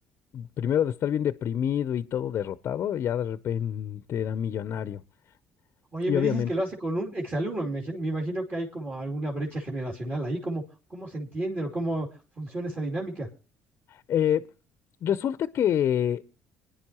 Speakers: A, on the left (about 55°); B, on the right (about 35°).
A: Primero de estar bien deprimido y todo derrotado, ya de repente era millonario.
B: Oye,
A: Y
B: me
A: obviamente,
B: dices que lo hace con un exalumno, me imagino, me imagino que hay como alguna brecha generacional ahí, ¿cómo, cómo se entiende o cómo funciona esa dinámica?
A: eh, resulta que